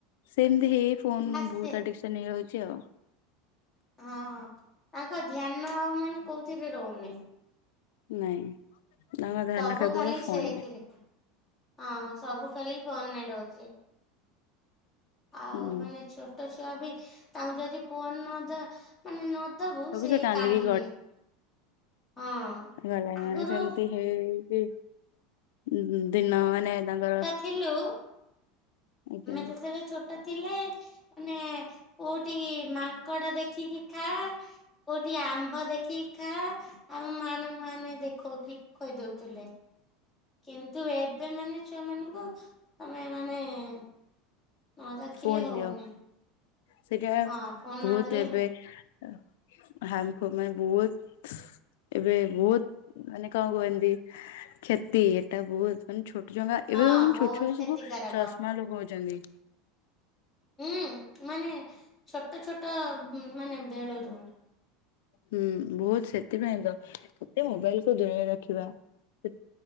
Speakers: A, on the left; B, in the centre.
A: ସେମତି ହେଇ ଫୋନ୍
B: ଆସେ
A: ବହୁତ ଆଡିକ୍ସନ୍ ହେଇଯାଉଚି ଆଉ।
B: ହଁ ହଁ ତାଙ୍କ ଧ୍ୟାନ ଆଉ ମାନେ କୋଉଥିରେ ରହୁନେଇ।
A: ନାଇଁ। ତାଙ୍କ ଧ୍ୟାନ
B: ସବୁ
A: କେବଳ
B: ଖାଲି
A: ଫୋନରେ
B: ସେଇଥିରେ। ହଁ ସବୁ ଖାଲି ଫୋନ ରେ ରହୁଚି। ଆଉ
A: ହୁଁ
B: ମାନେ ଛୋଟ ଛୁଆ ବି ତାଙ୍କୁ ଯଦି ପୋନ ନ ଦ ମାନେ ନ ଦବୁ
A: ସବୁ
B: ସେଇ
A: ସେ କାନ୍ଦିକି
B: କାନ୍ଦିବେ। ହଁ।
A: ଗଲାଇ
B: ଆଗରୁ
A: ମାନେ ସେମତି ହେଇ ହେଇକି ଉଁ ଦିନ ମାନେ ତାଙ୍କର
B: ହେଲୋ।
A: ଆଜ୍ଞା
B: ଆମେ ଯେତେବେଳେ ଛୋଟ ଥିଲେ ମାନେ କୋଉଠିକି ମାଙ୍କଡ ଦେଖିକି ଖା। କୋଉଠି ଆମ୍ବ ଦେଖିକି ଖା ଆମ ମା ନ ମାନେ ଦେଖଉକି ଖୁଆଇ ଦଉଥିଲେ। କିନ୍ତୁ ଏବେ ମାନେ ଛୁଆ ମାନଙ୍କୁ ତମେ ମାନେ ନ ଦେଖିଲେ
A: ଫୋନ
B: ହଉନି।
A: ଦିଅ ସେଇଟା
B: ହଁ ଫୋନ
A: ବହୁତ
B: ନଦେଲେ
A: ଏବେ ଅ ହାର୍ମ ଫୁ ମାନେ ବହୁତ ଏବେ ବହୁତ ମାନେ କଣ କୁହନ୍ତି କ୍ଷତି ଏଟା ବହୁତ ମାନେ ଛୋଟ ଛୁଆ ଙ୍କ
B: ହଁ
A: ଏବେ ଭାବନ୍
B: ବହୁତ
A: ଛୋଟ ଛୁଆ
B: କ୍ଷତିକାରକ।
A: ସବୁ ଚଷମା ଲଗଉଚନ୍ତି।
B: ହୁଁ ମାନେ ଛୋଟ ଛୋଟ ଉଁ ମାନେ ବେଳରୁ।
A: ହୁଁ ବହୁତ ସେଥିପାଇଁ ତ ଯେତେ ମୋବାଇଲ କୁ ଦୂରେଇ ରଖିବା ସେ